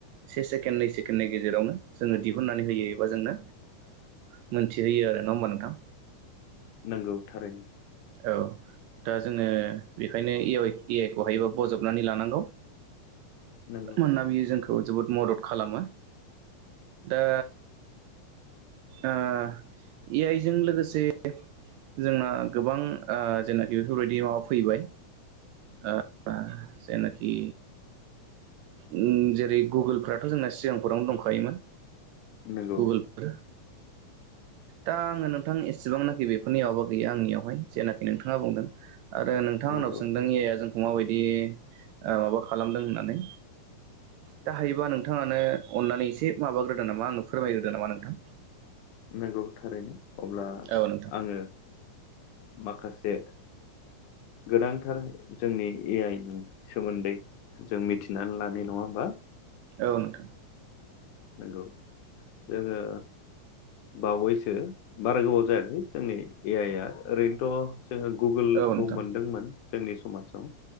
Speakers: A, on the right; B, on the left.
A: से सेकेणड नै सेकेण गेजेरावनो जोङो दिहुननानै होयो एबा जोंनो ओ मोनथिहोयो आरो नङा होमबा नोंथां
B: नंगौ थारैनो
A: औ दा जोङो बेखायनो ए आइ ए आइ खौहोयोबा बजबनानै लानांगौ
B: नंगौ
A: मोनना बियो जोंखौ जोबोद मदद खालामो दा ओ ए आइजों लोगोसे जोंना गोबां ओ जेनाखि बेफोरबायदि माबा फैबाय ओ आ जेनाखि उ जेरै गुगोलफ्राथ' जोंना सिगांफोरावनो दंखायोमोन।
B: नंगौ
A: गुगोलफोर दा आङो नोंथां एसेबांनाखि बेफोरनि माबा गैया आंनियाव जेनाखि नोंथाङा बुंदों आरो नोंथांआ
B: नंगौ
A: आंनाव सोंदोंदि मा बायदि ओ माबा खालामदों होननानै दाहायोबा नों नोंथांआनो अननानै एसे माबाग्रोदो नामा आंनो फोरमायग्रोदो नामा नोंथां।
B: नंगौ थारैनो अब्ला
A: औ नोंथां
B: आङो माखासे गोनांथार जोंनि ए आइ नि सोमोन्दै जों मिथिनानै लानाय नङा होमबा।
A: औ नोंथां।
B: नंगौ जोङो बावैसो बारा गोबाव जायाखै जोंनि ए आइ आ ओरैनोथ' जोङो गुगोलखौ
A: औ नोंथां
B: मोनदोंमोन जोंनि समाजाव।